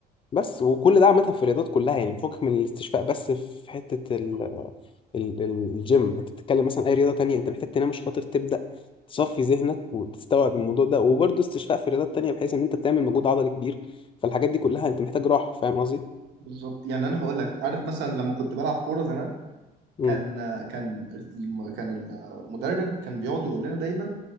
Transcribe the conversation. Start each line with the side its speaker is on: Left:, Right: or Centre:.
Left: بس وكل ده عامة في الرياضات كلها يعني فوقك من الاستشفاء بس في حتة ال ال ال- الجيم انت بتتكلم مثلا اي رياضة تانية انت محتاج تنام عشان خاطر تبدأ تصفي ذهنك وتستوعب الموضوع ده وبرضه استشفاء في رياضات تانية بحيث ان انت بتعمل مجهود عضلي كبير فالحاجات دي كلها انت محتاج راحة فاهم قصدي؟
Right: بالظبط يعني أنا هقول لك عارف مثلا لما كنت بلعب كورة زمان
Left: امم
Right: كان كان الم- كان المدرب كان بيقعد يقول لنا دايما